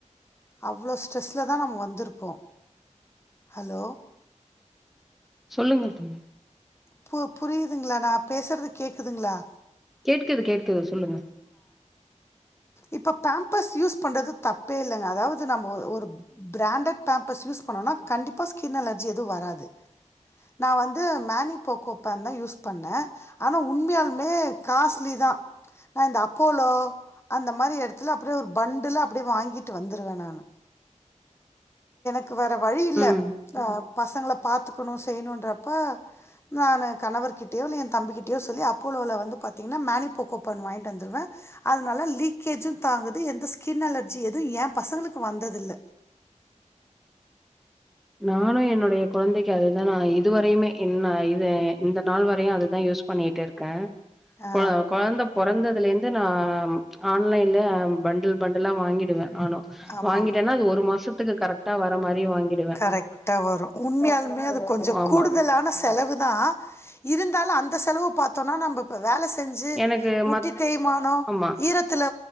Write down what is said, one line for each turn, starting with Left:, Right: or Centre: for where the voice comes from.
Left: அவ்ளோ ஸ்ட்ரெஸ்ஸில தா நம்ம வந்திருப்போம் ஹலோ
Centre: சொல்லுங்க தொழி
Left: பு புரியுதுங்களா நா பேசுறது கேக்குதுங்களா
Centre: கேட்குது கேட்குது சொல்லுங்க
Left: இப்போ பேம்பர்ஸ் யூஸ் பண்றது தப்பே இல்லைங்க அதாவது நம்ம ஒரு பிராண்டட் பேம்பஸ் யூஸ் பண்ணோனா கண்டிப்பா ஸ்கின் அலர்ஜி எதுவும் வராது நான் வந் து மேனி போகோ பேன் தா யூஸ் பண்ண ஆன உண்மையாலுமே காஸ்லி தா அப்பலோ அந்த மாரி இடத்துல பண்டுலா அப்டியே வாங்கிட்டு வந்துருவ நானு க்கு வேற வழி இல்ல
Centre: ம்
Left: ஆ பசங்கள பாத்துக்கணு செய்யணுன்ற அப்ப நானு கணவர்கிட்டயோ இல்ல என் தம்ப கிட்டயோ சொல்லி அப்போலோல வந்து பாத்தீங்கன்னா மேனிபோகோபன் வாங்கிட்டு வந்துடுவே அதனால லீக்கேஜும் தாங்குது எந்த ஸ்கின் அலர்ஜியும் எது என் பசங்களுக்கு வந்ததில்ல
Centre: நானு என்னுடைய குழந்தைக்கு அது நா இதுவரையுமே இன்ன இது இந்த நாள் வரையும் அதுதா யூஸ் பண்ணிட்டு இருக்கே
Left: ஆ
Centre: கொழ கொழந்த பொறந்ததுல இருந்து நா ஆன்லைன்ல பண்டல் பண்டல்லா வாங்கிடுவ ஆனோ
Left: ஆமா
Centre: வாங்கிட்டன்னா
Left: ஆமா
Centre: அது ஒரு மாசத்துக்கு கரெக்டா வர மாரி வாங்கிடுவ
Left: கரெக்டா வரும் உண்மையாலுமே அது கொஞ்ச
Centre: ஆமா
Left: கூடுதலான செலவு தா இருந்தாலும் அந்த செலவு பாத்தோம்னா நம்ப இப்ப வேல செய் அஞ்சு
Centre: எனக்கு
Left: முட்டித்
Centre: மத்
Left: தேய்மானோ
Centre: ஆமா
Left: ஈரத்தில